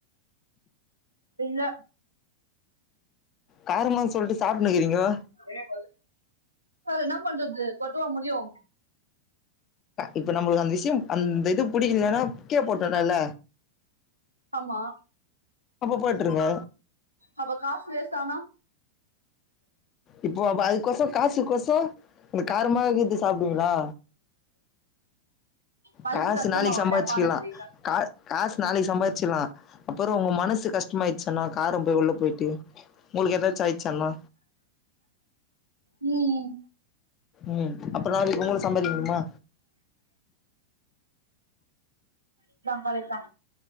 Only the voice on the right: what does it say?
இல்ல
வேற என்னப் மண்றது கொட்டுவ முட்யு
ஆமா
அப்ப காசு வேஸ்ட் ஆனா
மனசு
கஷ்டமாவும்ல
பானிபூரி
ம் ம்
கரேட்தா